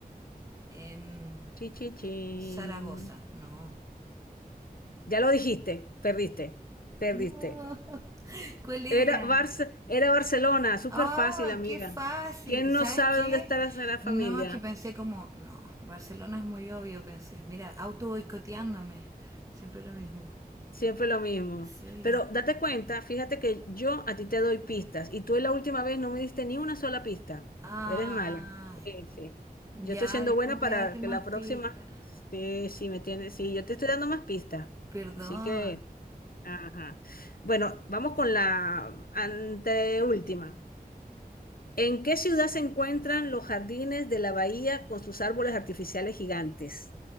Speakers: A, on the right; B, on the left.
A: en
B: Chi, chi, chin.
A: Zaragoza, no.
B: Ya lo dijiste, perdiste, perdiste.
A: No. <laughs> ¿Cuál era?
B: Era Barce- era Barcelona, súper
A: Ah,
B: fácil, amiga.
A: qué fácil.
B: ¿Quién
A: ¿Y sabes
B: no sabe
A: qué?
B: dónde está la Sagrada Familia?
A: No, es que pensé como, no, Barcelona es muy obvio, pensé. Mira, auto boicoteándome. Siempre lo mismo.
B: Siempre lo mismo.
A: Sí.
B: Pero date cuenta, fíjate que yo a ti te doy pistas y tú la última vez no me diste ni una sola pista.
A: Ay,
B: Pues eres mala. Sí, sí.
A: ya,
B: Yo estoy siendo
A: después
B: buena
A: voy
B: para
A: a darte más
B: que la próxima,
A: pistas.
B: sí, sí me tienes, sí, yo te estoy dando más pistas.
A: Perdón.
B: Así que Ajá. Bueno, vamos con la anteúltima. ¿En qué ciudad se encuentran los jardines de la bahía con sus árboles artificiales gigantes?